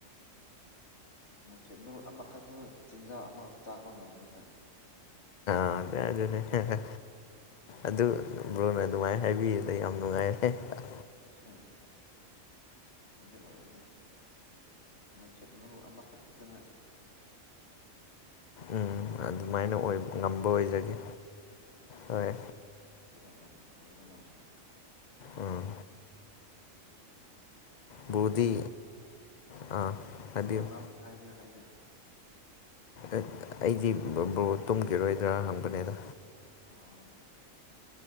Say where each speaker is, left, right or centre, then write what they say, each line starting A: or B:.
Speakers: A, on the left; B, on the left.
A: ꯃꯩꯈꯦꯠ ꯃꯔꯨ ꯑꯃꯈꯛꯇꯅ ꯆꯤꯡꯖꯥꯎ ꯑꯃ ꯆꯥꯛꯄ ꯉꯝꯃꯅꯤꯀ
B: ꯑꯗꯦ ꯑꯗꯨꯅꯦ ꯍꯦ ꯍꯦ ꯑꯗꯨ ꯕꯔꯣꯅ ꯅꯨꯡꯉꯥꯏ ꯍꯥꯏꯕꯤꯔꯤꯗ ꯌꯥꯝ ꯅꯨꯡꯉꯥꯏꯔꯦ ꯍꯦ ꯍꯥ ꯍꯥ
A: ꯍꯝ ꯑꯗꯨ ꯑꯣꯏꯕꯅꯦ ꯈꯦꯠ ꯃꯔꯨ ꯑꯃꯈꯛꯇꯅ
B: ꯎꯝ ꯑꯗꯨꯃꯥꯏꯅ
A: ꯆꯤꯡ
B: ꯑꯣꯏ ꯉꯝꯕ ꯑꯣꯏꯖꯒꯦ
A: ꯍꯣꯏ
B: ꯍꯣꯏ
A: ꯉꯝꯁ ꯑꯣꯏꯕ ꯉꯝꯁꯅꯨ
B: ꯎꯝ ꯕ꯭ꯔꯣꯗꯤ
A: ꯖꯤꯛ
B: ꯑꯥ ꯍꯥꯏꯕꯤꯌꯨ
A: ꯑꯣ ꯉꯥꯡ ꯍꯥꯏꯔꯦ ꯍꯥꯏꯔꯦ
B: ꯑꯛ ꯑꯩꯗꯤ ꯕ ꯕꯔꯣ ꯇꯨꯝꯒꯤꯔꯣꯏꯗ꯭ꯔꯥ ꯍꯪꯕꯅꯦꯗ
A: ꯑꯥ